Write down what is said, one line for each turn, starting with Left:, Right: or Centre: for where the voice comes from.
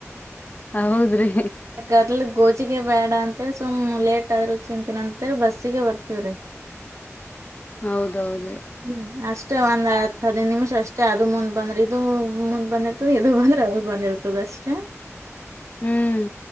Left: ಹೌದ್ರಿ
Right: ಅದಲ್ಲಿ ಗೋಜಿಗೆ ಬೇಡ ಅಂತೇಳಿ ಸುಮ್ ಲೇಟ್ ಆದ್ರು ಚಂತಿನ ಅಂತೇಳ ಬಸ್ಸಿಗೆ ಬರ್ತವ್ರಿ
Left: ಹೌದೌದು
Right: ಹ್ಮ್ ಅಷ್ಟೇ ಒಂದ್ ಹತ್ ಹದೈದು ನಿಮಿಷ ಅಷ್ಟೇ ಅದು ಮುಂದ್ ಬಂದ್ರಿ ಇದು ಮುಂದ್ ಬಂದಿ ದು ಬಂದ್ರೆ ಅದು ಬಂದಿ ಇರ್ತದೆ ಅಷ್ಟೇ
Left: ಹ್ಮ್